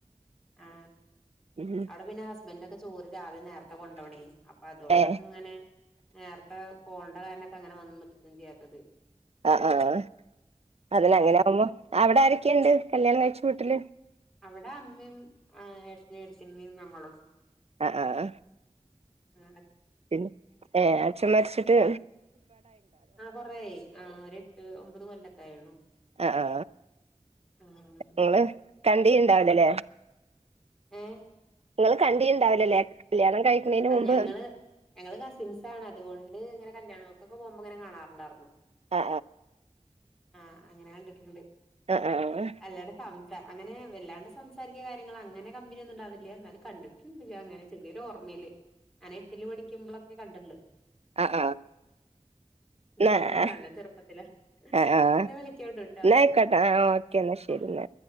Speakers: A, in the centre; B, on the right.
A: ആ
B: ഉം
A: അവിടെ പിന്നെ ഹസ്ബൻഡറ ഒക്കെ ചോറി രാവിലെ നേരത്തെ കൊണ്ടപോണേ അപ്പൊ അതുകൊണ്ടൊക്കെ
B: ഏ
A: ഇങ്ങനെ നേരത്തെ പോണ്ട കാരനൊക്കെ അങ്ങനെ വന്നം ചെയ്യാത്തത്
B: ആ ആഹ് അതിന്
A: ആഹ്
B: അങ്ങനെ ആവുമ്പോ, അവിടെ ആരൊക്കെയുണ്ട് കല്യാണം കഴിച്ച വീട്ടിൽ
A: അവിടെ അമ്മയും ആ ഏട്ടനും, എടയതിയമ്മയും, ഞങ്ങളും
B: ആഹ ആഹ
A: ഉ
B: പിന്നെ ഏ അച്ഛൻ മരച്ചിട്ട്
A: ആ കൊറൊയി ആ ഒരെട്ട് ഒമ്പത് കൊല്ലൊക്കെ ആയിണു
B: ആ ആ
A: ആഹ്
B: നിങ്ങള് കണ്ടീണ്ടാവലല്ലേ
A: ഏ
B: നിങ്ങള് കണ്ടീണ്ടാവില്ലല്ലേ, കല്ല്യാണം കഴിക്കുന്നതിന്
A: ആഹ്
B: മുമ്പ്
A: ഞങ്ങള് ഞങ്ങള് കസിൻസ് ആണ് അതുകൊണ്ട് ഇങ്ങനെ കല്യാണം ക്കെ പോകുമ്പോങ്ങനെ കാണാറുണ്ടായിരുന്നു.
B: ആ
A: ആഹ അങ്ങനെ കണ്ടിട്ടുണ്ട്.
B: ആഹ ആഹ്
A: അല്ലാണ്ട് സംസാ അങ്ങനെ വല്ലാണ്ട് സംസാരിക്കാ കാര്യങ്ങൾ അങ്ങനെ കമ്പനി ഒന്നുംണ്ടാവുന്നില്ല. എന്നാല കണ്ടിടുക്കണ്ടണ്ട് അങ്ങനെചെറി യൊരു ഓർമ്മയില് ഞനെ എട്ടില് പഠിക്കുമ്പോളൊക്കെ കണ്ടുള്ളു.
B: ആഹ ആഹ്
A: നല്ല നല്ല ചെറുപ്പത്തിലാ
B: ആ ആ
A: എന്നാ വിളിക്കാട്ടോ ട്ടോ
B: ന്ന ആയിക്കോട്ടെ ഒകെന്ന. ശരി
A: ആ
B: എല്ലേ